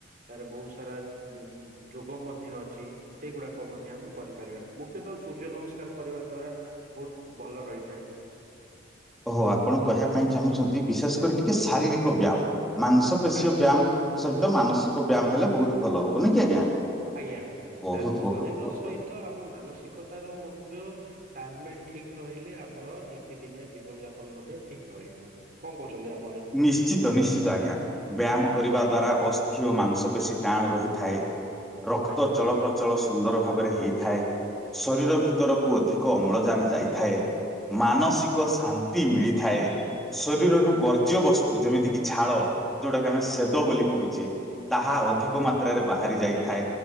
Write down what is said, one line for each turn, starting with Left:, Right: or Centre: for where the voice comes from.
Right: ତାର ବୋହୁ ସାରା ବ ଯୋଗ ମଧ୍ୟ ଅଛି ସେଇଗୁଡ଼ା କ ମଧ୍ୟ ଆମେ କରିପାରିବା ମୁଖ୍ୟତଃ ସୂର୍ଯ୍ୟ ନମସ୍କାର କରିବା ଦ୍ଵାରା ବୋହୁତ ଭଲ ରହିଥାଏ। <inaudible>
Centre: ଓହୋ ଆପଣ କହିବା ପାଇଁ ଚାହୁଁଚନ୍ତି ବିଶେଷ କରି ଟିକେ ଶାରୀରିକ ବ୍ୟାମ। ମାଂସ ପେଶୀୟ
Right: ଆଇନ
Centre: ବ୍ୟାମ ସହିତ ମାନସିକ ବ୍ୟାମ ହେଲେ ବୋହୁତ ଭଲ ହବ। ନାଁ କି ଆଜ୍ଞା?
Right: ଆଜ୍ଞା
Centre: ବହୁତ
Right: ସାର୍ ଶରୀର
Centre: ବହୁତ
Right: ସହିତ ଆମ ମାନସିକତାର ମଧ୍ୟ ତାଲମେଲ୍ ଠିକ ରହିଲେ ଆମର ନୀତି ଦିନିଆ ଜୀବନ ଯାପନ ମଧ୍ୟ ଠିକ ରହିବ କଁ କୋହୁଚନ୍ତି ଆ
Centre: ନିଶ୍ଚିତ ନିଶ୍ଚିତ ଆଜ୍ଞା ବ୍ୟାମ କରିବା ଦ୍ଵାରା ଅସ୍ ଖିଅ ମାଂସ ପେଶୀ ଟାଣ ରହିଥାଏ ରକ୍ତ
Right: ଆଜ୍ଞା
Centre: ଚଳପ୍ରଚଳ ସୁନ୍ଦର ଭାବରେ ହେଇ ଥାଏ ଶରୀର ଭିତରକୁ ଅଧିକ ଅମ୍ଳଜାନ ଯାଇଥାଏ। ମାନସିକ ଶାନ୍ତି ମିଳିଥାଏ ଶରୀରରୁ ବର୍ ଜ୍ୟ ବସ୍ତୁ ଯେମିତି କିି ଝାଳ ଯୋଉଟା କି ଆମେ ଶେଦ ବୋଲି କୋହୁଚେ ତାହା
Right: ଆଜ୍ଞା
Centre: ଅଧିକ ମାତ୍ରାରେ ବାହାରି ଯାଇଥାଏ